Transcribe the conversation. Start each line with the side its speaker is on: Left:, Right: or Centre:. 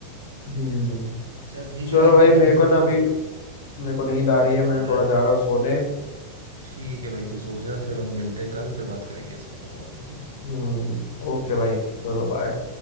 Left: हम्म
Right: चल ठीक
Left: चलो
Right: है भाई
Left: भाई
Right: फिर मैं
Left: मेरे
Right: निकलता
Left: को ना
Right: हूँ
Left: अभी
Right: हम्म
Left: मेरे को नींद
Right: हम्म, कुछ
Left: आ रही है मैं
Right: काम
Left: थोड़ा
Right: है
Left: जा रहा हूँ सोने
Right: ठीक है भाई तू सो जा फिर हम मिलते हैं कल फिर बात करेंगे इसके ऊपर और ठीक है
Left: हम्म ओके
Right: ओके
Left: भाई
Right: भाई
Left: चलो बाय